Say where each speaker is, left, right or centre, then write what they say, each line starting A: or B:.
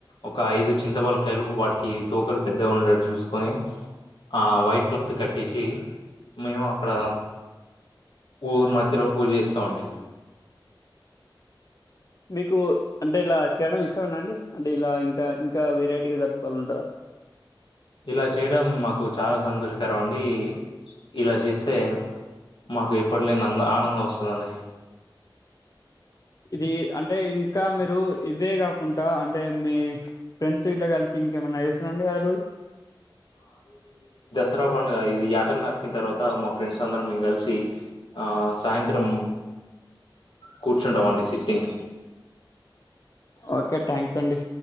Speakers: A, on the left (about 75°); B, on the left (about 40°).
A: ఒక ఐదు చింతపలకాయలుపు వాటికి తోకలు పెద్దగా ఉండేట్టు చూసుకొని ఆ వైట్ క్లాత్ కట్టేసి మేము అక్కడ ఊరు మధ్యలో పూజ చేస్తాం అండి,
B: మీకు అంటే ఇలా చేయడం ఇష్టమేనా అండి అంటే ఇలా ఇంకా ఇంకా వెరైటీగా జరిపాల అంటారా.
A: ఇలా చేయడం మాకు చాలా సంతోషకరం అండి ఇలా చేస్ తే మాకు ఎప్పట్ లేని అ ఆనందం వస్ చుండి
B: ఇది అంటే ఇంకా మీరు ఇవే కాకుండా అంటే మీ ఫ్రెండ్స్ ఇట్లా కలిసి ఇంకేమన్నా చేస్తున్నాండి ఆ రోజ్
A: తర పండుగ ఇది ఏట నతికిన తర్వాత మా ఫ్రెండ్స్ అందరం మేము కలిసి సాయంత్రం కూర్చుంటం అండి సిట్టింగ్ కి
B: ఓకే థ్యాంక్స్ అండి